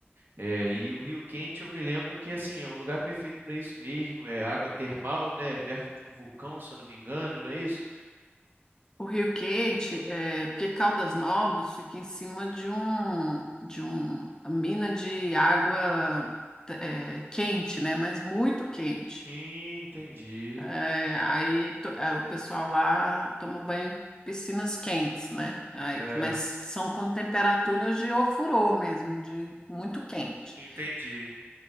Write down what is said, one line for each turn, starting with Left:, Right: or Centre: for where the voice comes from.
Right: É, e o Rio Quente, eu me lembro que assim é um lugar perfeito para isso mesmo. É água termal, né? Perto de um vulcão, se eu não me engano, não é isso?
Left: O Rio Quente, é, porque Caldas Novas fica em cima de um de um- uma mina de água é, quente, né? Mas muito quente.
Right: Entendi.
Left: É, aí to- é, o pessoal lá toma banho em piscinas quentes, né? Aí,
Right: É,
Left: mas são com temperaturas de ofurô mesmo, de muito quente.
Right: entendi.